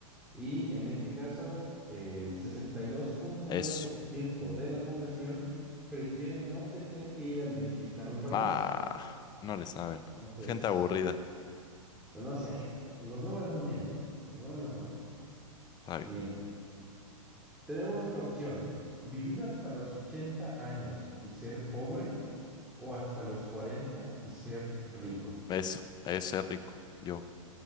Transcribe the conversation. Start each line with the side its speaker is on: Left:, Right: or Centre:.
Centre: Y en este caso, el sesenta y dos punto
Left: Eso.
Centre: nueve por ciento de la población prefiere no tener que ir al dentista nunca más.
Left: Ah, no le saben.
Centre: Entonces,
Left: Gente aburrida.
Centre: pues no sé, los números no mienten, los números no mienten.
Left: Está
Centre: Siguiente.
Left: bien.
Centre: Tenemos la opción, vivir hasta los 80 años y ser pobre o hasta los 40 y ser rico.
Left: Eso, ese es rico. Yo,